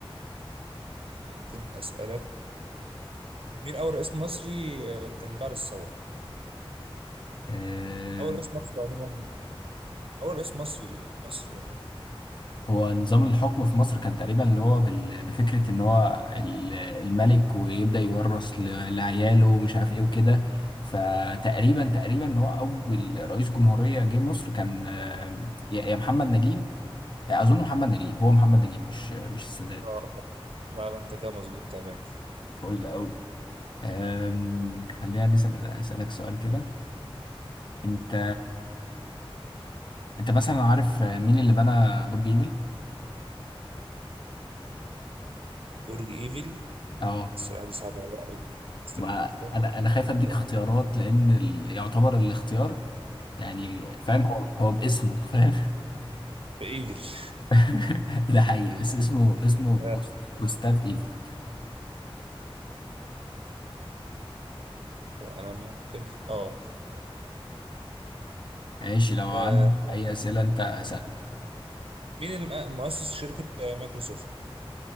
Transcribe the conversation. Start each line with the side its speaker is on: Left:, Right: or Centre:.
Right: ممكن أسألك مين أول رئيس مصري آه، كان بعد الثورة؟
Left: آه،
Right: أول رئيس مصري عموما أول رئيس مصري مصري عموما
Left: هو نظام الحكم في مصر كان تقريبا اللي هو بال- بفكرة ان هو ال- الملك ويبدأ يورث ل- لعياله ومش عارف ايه وكده فتقريبا تقريبا ان هو اول رئيس جمهورية جه مصر كان آه، يا يا محمد نجيب اظن محمد نجيب هو محمد نجيب مش مش السادات
Right: اه صح. لا لا أنت كده مظبوط تمام
Left: فقول ده قوي آم، خلينا نسأل اسألك سؤال كده انت انت مثلا عارف مين اللي بنى برج ايفل؟
Right: برج ايفل
Left: اه
Right: السرعة دي صعبة عليا قوي استنى
Left: ما
Right: كده
Left: انا انا خايف اديك
Right: مم.
Left: اختيارات لان ال... يعتبر الاختيار يعني فاهم هو هو باسمه فاهم
Right: في ايفل
Left: <laughs> ده حقيقي بس اسمه اسمه
Right: <laughs>
Left: جوست... جوستاف ايفل
Right: طب انا ممكن اه
Left: ماشي لو عندك
Right: آه،
Left: اي اسئله انت اسال
Right: مين اللي مؤ- مؤسس شركة آه، مايكروسوفت؟